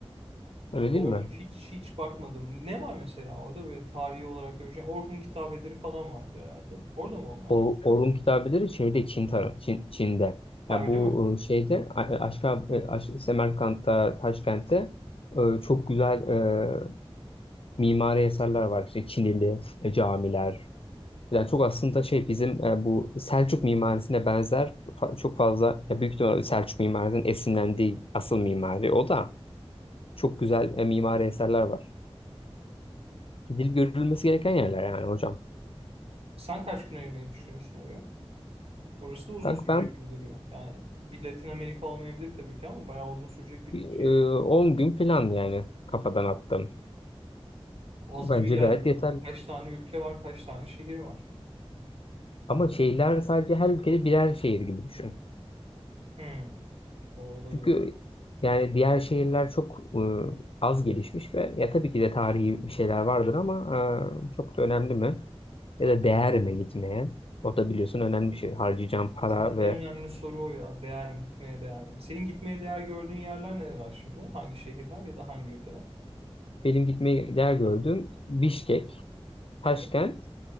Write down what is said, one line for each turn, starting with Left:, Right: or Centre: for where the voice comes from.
Left: Öyle
Right: Doğru
Left: değil mi?
Right: hiç hiç bakmadım. Ne var mesela orada böyle tarihi olarak göreceğim. Orhun kitabeleri falan vardır herhalde. Orada mı onlar?
Left: O Orhun kitabeleri şeyde Çin tarafı Çin, Çin'de.
Right: Ha
Left: Yani
Right: öyle
Left: bu
Right: mi?
Left: e, şeyde A- e, Aşka, e, Aş Semerkant'ta, Taşkent'te e, çok güzel e, mimari eserler var. İşte Çinili e, camiler. Yani çok aslında şey bizim e, bu Selçuk mimarisine benzer fa- çok fazla ya büyük ihtimalle Selçuk mimarisinin esinlendiği asıl mimari o da çok güzel e, mimari eserler var. Gidilip görülmesi gereken yerler yani hocam.
Right: Sen kaç gün ayırmayı düşünüyorsun oraya? Orası da uzun
Left: Kanka
Right: sürecek
Left: ben
Right: gibi duruyor. Yani bir Latin Amerika olmayabilir tabii ki ama bayağı uzun sürecek bir
Left: e,
Right: şeye benziyor.
Left: 10 gün plan yani kafadan attım.
Right: Az
Left: Bence
Right: gibi geldi
Left: gayet
Right: bana
Left: yeterli.
Right: ya. Kaç tane ülke var, kaç tane şehir var.
Left: Ama şehirler sadece her ülkede birer şehir gibi düşün.
Right: Hmm. O olabilir.
Left: Çünkü yani diğer şehirler çok e, az gelişmiş ve ya tabii ki de tarihi bir şeyler vardır ama e, çok da önemli mi? Ya da değer mi gitmeye? O da biliyorsun önemli bir şey. Harcayacağım para
Right: Zaten en
Left: ve
Right: önemli soru o ya. Değer mi? Gitmeye değer mi? Senin gitmeye değer gördüğün yerler nereler şimdi? Hangi şehirler ya da hangi ülkeler?
Left: benim gitmeyi değer gördüğüm Bişkek, Taşkent,
Right: Evet.